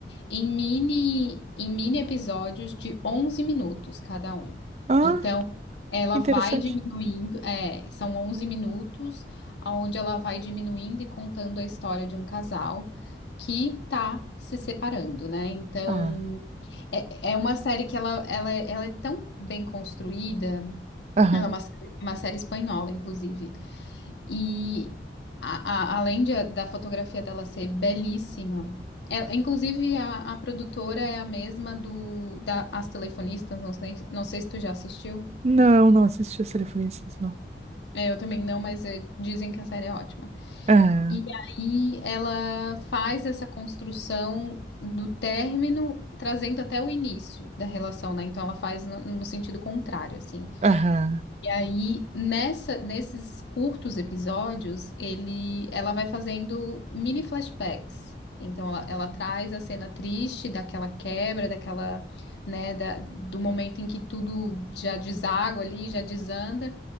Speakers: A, on the left; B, on the right.
A: em mini, em mini episódios de 11 minutos cada um.
B: Ah,
A: Então, ela
B: interessante.
A: vai diminuindo, é, são 11 minutos, onde ela vai diminuindo e contando a história de um casal que tá se separando, né? Então,
B: Ah,
A: é, é uma série que ela, ela, é, ela é tão bem construída,
B: aham.
A: ela é uma, série- uma série espanhola, inclusive. E a- a- além de- da fotografia dela ser belíssima, ela- inclusive a, a produtora é a mesma do da As Telefonistas, não sei, não sei se tu já assistiu.
B: Não, não assisti a Telefonistas, não.
A: É, eu também não, mas é, dizem que a série é ótima.
B: Aham,
A: E aí ela faz essa construção do término, trazendo até o início da relação, né? Então ela faz no, no sentido contrário, assim.
B: aham.
A: E aí, nessa, nesses curtos episódios, ele, ela vai fazendo mini flashbacks. Então, ela, ela traz a cena triste daquela quebra, daquela, né, da- do momento em que tudo já deságua ali, já desanda.